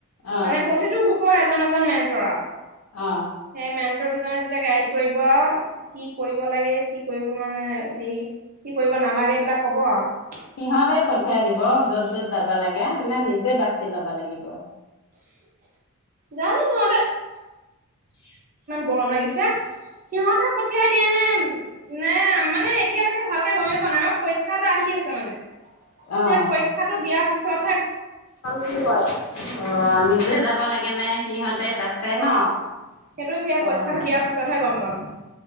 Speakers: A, on the left; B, on the right.
A: অ
B: মানে পথটো গ ই এজন এজন মেনটৰা
A: অ
B: সেই মেন্ট্ৰৰ পিছনা গাইড কৰিব কি কৰিব লাগে কি কৰিব মানে হেৰি কি কৰিব নালাগে এইবিলাক কব আৰু
A: সিহঁতে পঠিয়াই দিব যত য'ত যাব লাগে নে নিজে বাচি ল'ব লাগিব।
B: জানো সিহতে
A: <unintelligible>
B: গৰম লাগিছে। সিহঁতে পঠিয়াই দিয়েনে। নে মানে এতিয়ালৈকে ভালকে গমেই পোৱা নাই, আমাৰ পৰীক্ষা এটা আহি আছে মানে সেই
A: অ
B: পৰীক্ষাটো দিয়াত পিছত
A: কি হয় অ', যাব লাগেনে সিহঁত বাচে
B: অ
A: ন
B: সেইটো সেই পৰীক্ষাটো
A: অ',
B: দিয়াৰ পিছতহে গম পাম